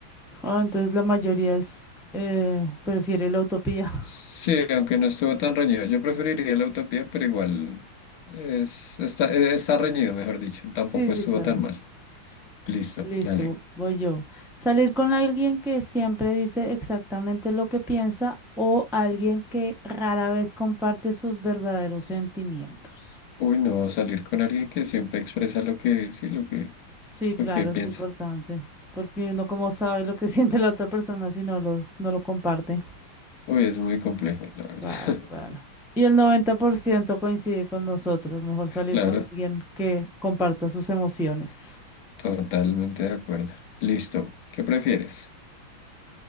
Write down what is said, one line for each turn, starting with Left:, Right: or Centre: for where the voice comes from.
Centre: Ah, entonces la mayoría es, eh, prefiere la utopía. <laughs>
Left: Sí, aunque no estuvo tan reñido. Yo preferiría la utopía, pero igual es, está, eh, está reñido, mejor dicho. Tampoco
Centre: Sí, sí,
Left: estuvo
Centre: claro.
Left: tan mal. Listo,
Centre: Listo,
Left: dale.
Centre: voy yo. Salir con alguien que siempre dice exactamente lo que piensa o alguien que rara vez comparte sus verdaderos sentimientos.
Left: Uy, no, salir con alguien que siempre expresa lo que, sí, lo que,
Centre: Sí, claro,
Left: lo que piensa.
Centre: es importante, porque uno como sabe lo que <laughs> siente la otra persona si no los, no lo comparte.
Left: Uy, es muy complejo, la verdad.
Centre: Claro,
Left: <laughs>
Centre: claro. Y el 90% coincide con nosotros, mejor salir
Left: Claro,
Centre: con alguien que comparta sus emociones.
Left: totalmente de acuerdo. Listo. ¿Qué prefieres?